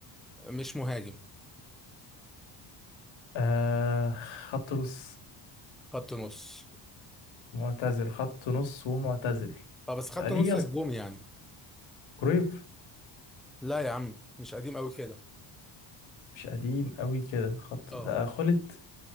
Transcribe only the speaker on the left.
آه خط نص
معتزل خط نص ومعتزل
آه، ليه
يا اسطى
كرويف
مش قديم قوي كده خط
ده خلت